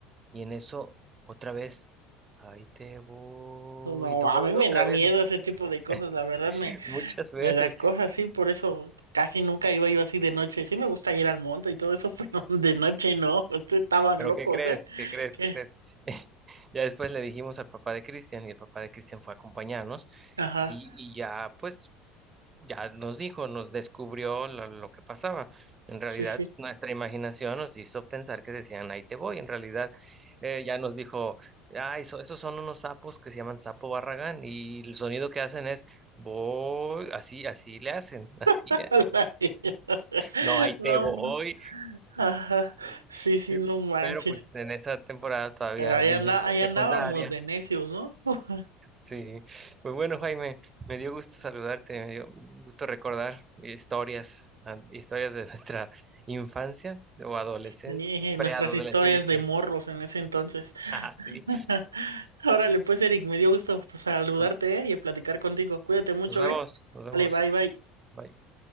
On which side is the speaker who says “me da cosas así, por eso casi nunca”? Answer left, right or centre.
Right